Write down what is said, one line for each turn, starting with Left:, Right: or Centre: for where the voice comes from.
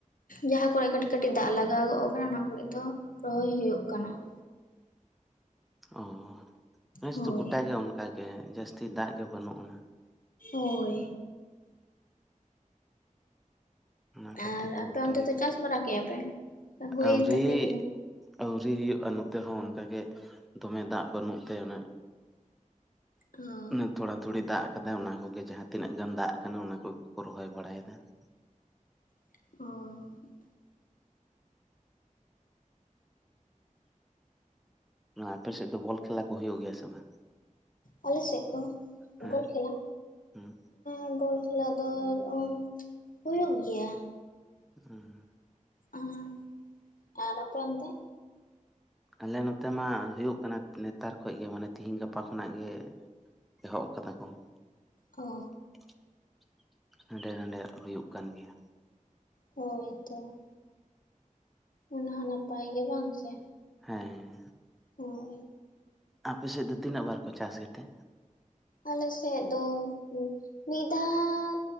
Left: ᱡᱟᱦᱟᱸ ᱠᱚᱨᱮ ᱠᱟᱹᱴᱤᱡ ᱠᱟᱹᱴᱤᱡ ᱫᱟᱜ ᱞᱟᱜᱟᱣ ᱜᱚᱫ ᱠᱟᱱᱟ ᱚᱱᱟ ᱠᱚᱨᱮ ᱫᱚ ᱨᱚᱦᱚᱭ ᱦᱳᱭᱳᱜ ᱠᱟᱱᱟ ᱾
Centre: ᱚᱻ ᱱᱮᱥ
Left: ᱦᱳᱭ
Centre: ᱫᱚᱚ ᱜᱚᱴᱟᱜᱮ ᱚᱱᱠᱟᱜ ᱜᱮ ᱡᱟᱹᱥᱛᱤ ᱫᱟᱜ ᱜᱮ ᱵᱟᱱᱩᱜ ᱟᱱᱟ ᱾
Left: ᱦᱳᱭ ᱾
Centre: ᱚᱱᱟ ᱠᱷᱟᱹᱛᱤᱨ
Left: ᱟᱨ
Centre: ᱛᱮ
Left: ᱟᱯᱮ
Centre: ᱜᱚᱴᱟᱜᱮ
Left: ᱚᱱᱛᱮ ᱫᱚ
Centre: ᱠᱟᱹᱴᱤᱡ
Left: ᱪᱟᱥ ᱵᱟᱲᱟ ᱠᱮᱜᱼᱟ ᱯᱮ? ᱦᱩᱭᱮᱱ
Centre: ᱟᱹᱣᱨᱤ
Left: ᱛᱟᱯᱮᱭᱟ
Centre: ᱾
Left: ᱥᱮ ᱵᱟᱝ?
Centre: ᱟᱹᱣᱨᱤ ᱦᱩᱭᱩᱜᱼᱟ ᱱᱚᱛᱮ ᱦᱚᱸ ᱚᱱᱠᱟ ᱜᱮ ᱫᱚᱢᱮ ᱫᱟᱜ ᱵᱟᱹᱱᱩᱜ ᱛᱮ ᱚᱱᱮ ᱾
Left: ᱠᱚ-ᱜ ᱾
Centre: ᱚᱱᱟ ᱛᱷᱚᱲᱟ-ᱛᱷᱩᱲᱤ ᱫᱟᱜ ᱟᱠᱟᱫᱟᱭ ᱚᱱᱟ ᱠᱚᱜᱮ ᱡᱟᱦᱟᱸ ᱛᱤᱱᱟᱹᱜ ᱫᱟᱜ ᱠᱟᱱᱟ ᱚᱱᱟ ᱠᱚᱜᱮ ᱠᱚ ᱨᱚᱦᱚᱭ ᱵᱟᱲᱟᱭ ᱮᱫᱟ ᱾
Left: ᱯ-ᱪᱚᱜ ᱚ ᱾
Centre: ᱱᱚᱣᱟ ᱟᱯᱮ ᱥᱮᱫ ᱫᱚ ᱵᱚᱞ ᱠᱷᱮᱞᱟ ᱠᱚ ᱦᱳᱭᱳᱜ ᱜᱮᱭᱟ ᱥᱮ ᱵᱟᱝ?
Left: ᱟᱞᱮ ᱥᱮᱜ ᱠᱚ
Centre: ᱦᱮᱸ
Left: ᱵᱚᱞ ᱠᱷᱮᱞᱟ?
Centre: ᱦᱩᱸ
Left: ᱮᱸ ᱵᱚᱞ ᱠᱷᱮᱞᱟ ᱫᱚ ᱚᱜ ᱦᱩᱭᱩᱜ ᱜᱮᱭᱟ ᱾
Centre: ᱟᱸ
Left: ᱟᱸ, ᱟᱨ ᱟᱯᱮ ᱚᱱᱛᱮ?
Centre: ᱟᱞᱮ ᱱᱚᱛᱮ ᱢᱟ ᱦᱳᱭᱳᱜ ᱠᱟᱱᱟ ᱱᱮᱛᱟᱨ ᱠᱷᱚᱡ ᱜᱮ ᱢᱟᱱᱮ ᱛᱮᱹᱦᱮᱹᱧ ᱜᱟᱯᱟ ᱠᱷᱚᱱᱟᱜ ᱜᱮ ᱾ ᱮᱦᱚᱵ ᱟᱠᱟᱫᱟ ᱠᱚ ᱾
Left: ᱚ ᱾
Centre: ᱫᱩᱲᱩᱵ-ᱠᱟᱛᱮᱜ ᱦᱟᱸᱰᱮ ᱱᱟᱰᱮ ᱦᱩᱭᱩᱜ ᱠᱟᱱ ᱜᱮᱭᱟ ᱾
Left: ᱦᱳᱭ ᱛᱚ᱾ ᱚᱱᱟ ᱦᱚᱸ ᱱᱟᱯᱟᱭ ᱜᱮ ᱵᱟᱝ ᱥᱮ᱾
Centre: ᱦᱮᱸ᱾
Left: ᱦᱳᱭ
Centre: ᱟᱯᱮ ᱥᱮᱫ ᱫᱚ ᱛᱤᱱᱟᱹᱜ ᱵᱟᱨ ᱠᱚ ᱪᱟᱥ ᱜᱮᱛᱮ?
Left: ᱟᱞᱮ ᱥᱮᱫ ᱫᱚ ᱢᱤᱫ ᱫᱷᱟᱣ᱾